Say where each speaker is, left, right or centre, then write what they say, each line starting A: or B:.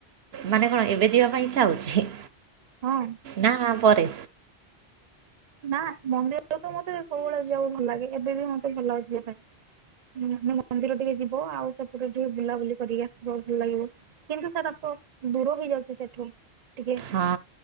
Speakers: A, on the right; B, on the right.
A: ମାନେ କଣ ଏବେ ଯିବା ପାଇଁ ଇଚ୍ଛା ହଉଛି।
B: ହଁ।
A: ନା ପରେ।
B: ନା ମନ୍ଦିରରେ ତ ମତେ ସବୁବେଳେ ଯିବାକୁ ଭଲ ଲାଗେ ଏବେ ବି ମତେ ଭଲ ଲାଗେ ଯିବା ପାଇଁ। ହୁଁ ମନ୍ଦିର ଟିକେ ଯିବ ଆଉ ସେପୁରରେ ଟିକେ ବୁଲାବୁଲି କରିକି ଆସିବ ଭଲ ଲାଗିବ। କିନ୍ତୁ ସେଟା ତ ଦୂର ହେଇଯାଉଛି ସେଠୁ ଟିକେ
A: ହଁ